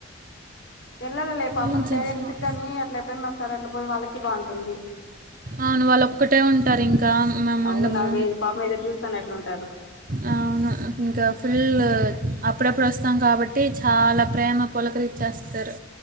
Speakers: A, on the left; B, on the right.
A: వెళ్లాలలే పాపం
B: ఏం చేసేది
A: పేరెంట్స్ గాని అట్ల ఎప్పుడైనా ఒక సారి అట్లా పోయి వాళ్ళకి బాగుంటుంది
B: అవును వాళ్ళు ఒక్కటే ఉంటారు ఇంకా మేము
A: అవునా
B: ఉండము
A: వి పాపం ఎదురు చూస్తానా ఎట్లుంటారు
B: ఆ అవును ఇంకా ఫుల్ అప్పుడప్పుడు వస్తాం కాబట్టి చాలా ప్రేమ పులకరి ఇచ్చేస్తారు